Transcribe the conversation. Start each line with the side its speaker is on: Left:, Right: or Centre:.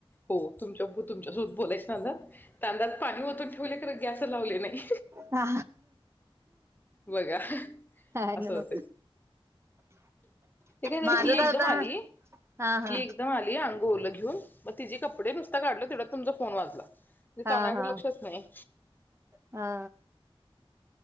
Left: हो तुमच्या तुमच्यासोबत बोलायच नादात तांदळात पाणी ओतून ठेवले खरं गॅसच लावले नाही.
Right: हा
Left: बघा
Right: हॅलो
Left: अस होत ते काय झालं
Right: माझं
Left: ही एकदम
Right: तर आता
Left: आली ही
Right: हा हा
Left: एकदम आली अंगो लं घेवून मग तिजी कपडे नुसता काढलो तेवढ्यात तुमचा फोन वाजला. म्ह
Right: हा
Left: तांदळाकडे
Right: हा
Left: लक्षच नाही.
Right: हा